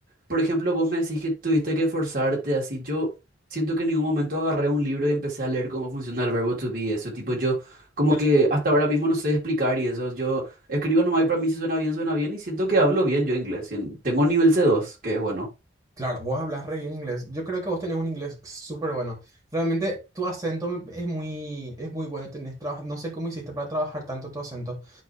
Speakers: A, on the right (about 45°); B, on the right (about 20°).
A: por ejemplo, vos me decís que tuviste que forzarte así. Yo siento que en ningún momento agarré un libro y empecé a leer cómo funciona el verbo to be. Eso, tipo, yo como
B: ya
A: que
B: sé.
A: hasta ahora mismo no sé explicar y eso. Yo escribo nomás y para mí si suena bien, suena bien y siento que hablo bien yo inglés. sien- Tengo nivel c dos que es bueno.
B: Claro, vos hablas re bien inglés. Yo creo que vos tenés un inglés súper bueno. Realmente tu acento me- es muy, es muy bueno. Tenés traba- No sé cómo hiciste para trabajar tanto tu acento.